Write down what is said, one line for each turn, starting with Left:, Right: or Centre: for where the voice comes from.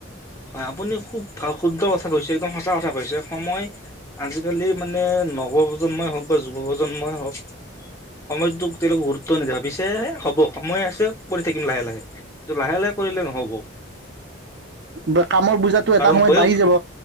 Left: হয়, আপুনি খুব ভা, শুদ্ধ কথা কৈছে, একদম সঁচা কথা কৈছে সময় আজিকালি মানে নৱপ্ৰজন্মই হওঁক বা যুৱপ্ৰজন্মই হওঁক সময়টোক তেওঁলোকে গুৰুত্ব নিদিয়ে, ভাবিছে এ হ'ব সময় আছে কৰি থাকিম লাহে, লাহে। টো, লাহে, লাহে কৰিলে নহ'ব।
Right: বা কামৰ বোজাত টো
Left: কাৰণ
Right: এটা সময়ত
Left: বয়স
Right: বাঢ়ি যাব,